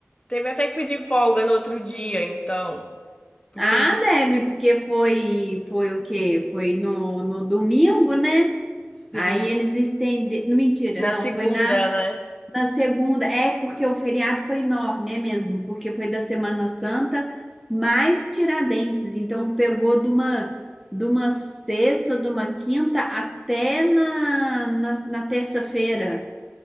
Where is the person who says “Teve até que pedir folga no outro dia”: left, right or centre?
Left